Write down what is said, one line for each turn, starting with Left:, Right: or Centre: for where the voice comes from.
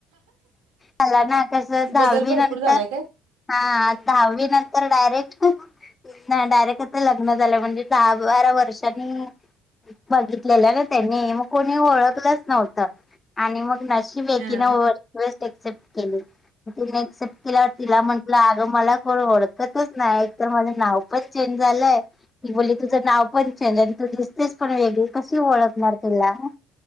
Left: मला ना कस दहावी
Right: बदल भरपूर
Left: नंतर
Right: झालाय काय?
Left: हा दहावी नंतर डायरेक्ट नाय डायरेक्ट आता लग्न झालं म्हणजे दहा बारा वर्षांनी बघितलेलं ना त्यांनी म कोणी ओळखलंच नव्हतं. आणि मग नशीब एकीनं
Right: हा
Left: रिक्वेस्ट एक्सेप्ट केली म तिने एक्सेप्ट केल्यावर तिला म्हण म्हणलं अग मला कोण ओळखतच नाय एकतर माझं नाव पण चेंज झालंय. ती बोल्ली तुझं नाव पण चेंज आणि तू दिसतेस पण वेगळी कशी ओळखणार तुला नं